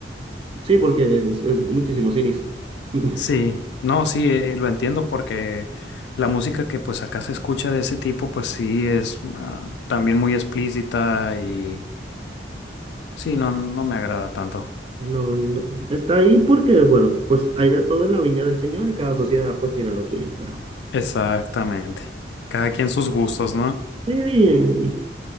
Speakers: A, on the right; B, on the left.
A: Sí, porque es, es muchísimo cinismo. <laughs>
B: Sí. No, sí, eh, lo entiendo porque la música que pues acá se escucha de ese tipo, pues sí es ah, también muy explícita y sí, no, no me agrada tanto.
A: No, no, está ahí porque, bueno, pues hay de todo en la viña del Señor y cada sociedad pues tiene lo suyo, pero...
B: Exactamente. Cada quien sus gustos, ¿no?
A: Sí, bien,